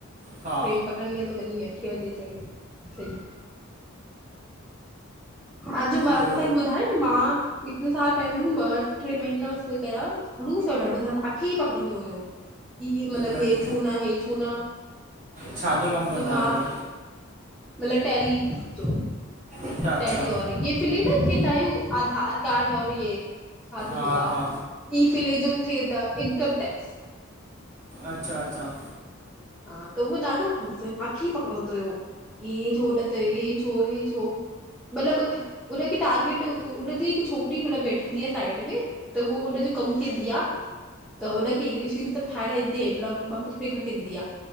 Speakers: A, on the right; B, in the centre.
A: हा
B: ट्रेन पकड़नीं आ त वरी, अठें बजे ताईं, सही। माजूमा
A: ॿियो
B: मां तांखे ॿुधायो न, मां हिक साल पहिरूं, ॿ, ट्रे महीना बस कुल कया, खड़ूस आ ॾाढो सर, माखे ई पकड़ंदो हुयो। इएं मतलब,
A: मत-
B: हे छू ना, हे छू ना,
A: छा जो कमु कंदा
B: त मां
A: आहियो
B: मतलब टैली जो
A: अच्छा
B: टैली
A: अच्छा
B: और ये फिली न किंदायूं आधार कार्ड और हे छा थींदो
A: हा
B: आ।
A: हा
B: इ फिलेज जो थेंदा, इनकम टैक्स।
A: अच्छा अच्छा
B: हा, त उहो ॾाढो खड़ूस हो, माखे ई पकड़ंदो हुयो। की हे छो न त, हे छो, हे छो मतलब उनखे टारगेट, उनजी हिक छोकरी मतलब वेठंदीआ साइड में त हू, उनजो कम केंदी आ। त उनखे इंगलिश विंगलिश सभ ठााइण ईंदी, ब्लाक व्लाक थोरी घट ईंदी आ।